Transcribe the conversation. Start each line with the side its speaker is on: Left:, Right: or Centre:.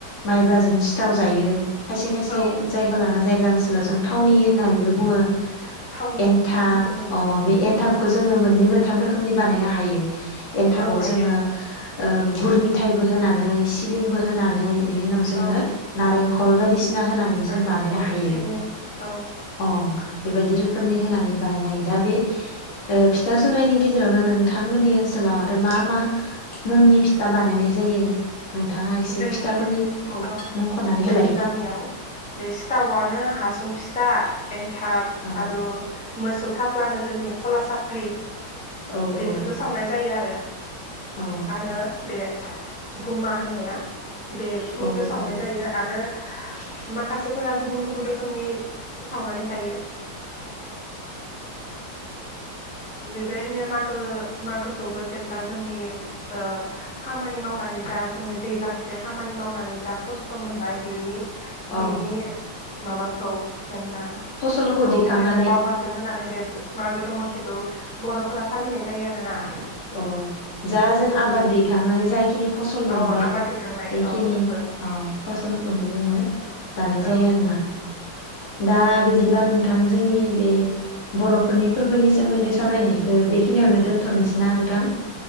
Left: माइब्राजों सिथाव जायो। खायसे खायसे
Centre: औ
Left: जायगा लाना जायगानोसै। जों थावनि होनानैबो बुङो
Centre: थावनि
Left: एनथाब
Centre: औ जोंनिजों
Left: अ बे एन। एनथाबखौ जोङो मोनै मोनथाम रोखोमनि बानायनो हायो। एनथाबाव
Centre: औ हायो
Left: जोङो। ओ गुर मिथायाइबो होनानै सिबिंबो होनानै। बिनि उनाव जोङो
Centre: औ
Left: नारें खल सिना होनानैबो
Centre: नारेंखल
Left: जों बानायनो हायो।
Centre: सिबिं औ
Left: अ। बेबायदि रोखोमनि होनानै बानायनाय दा बे फिथा सौरायाइनि गेजेरावनो नोंथांमोननि ओनसोलाव आरो मा मा मुंनि फिथा बानायनाय जायो। नोंथाङा एसे
Centre: जोंनि
Left: फिथाफोरनि मुंखौ
Centre: औ
Left: मुंख'नानै होलाय
Centre: जोंनि गामियाव बे सिथावनो हासुं फिथ दा। थाब
Left: औ
Centre: आरो मोसौ। थाफ्ला होनो जोंनि थिं खला साफ्रि।
Left: औ
Centre: बेफोरखौ
Left: औ
Centre: सावनाय जायो आरो।
Left: औ
Centre: आरो बे। गुमा होननाया। <inaudible> बेखिनिखौ
Left: औ
Centre: सावनाय
Left: औ
Centre: जायो आरो। माखासेफोरा गुबुन गुबुन रोखोमनि सावनानै जायो। बेबायदिनो मागो मागोखौबो जेनेबा जोंनि ओ खामानि मावनानै जा जोंनि दैज्लांसे खामानि मावनानै जा खस्थ' मोनबाय बेनि
Left: औ
Centre: बिनि माबाखौ जेनेबा
Left: फसलखौ
Centre: खस्थ'खौ
Left: दिखांनानै
Centre: जेनेबा बावगारथों होननानै बे मागो दमासि। खौ बर'फोरा फालिनाय जायो आरोना।
Left: अ जा जों आबाद
Centre: औ
Left: दैखांनानै जाखिनि। फसल मोनबाय
Centre: औ आबाद दैखांनाय
Left: बेखिनि
Centre: अ फोरबो
Left: अ फसल जोङो जानाय जायो
Centre: औ
Left: आरोना। दा बिदिब्ला नोंथां जोंनि बे बर'फोरनि फोरबोनि सोमोन्दै सावरायनायखौ बेखिनियावनो दोनथ'नोसै। ना नोंथां।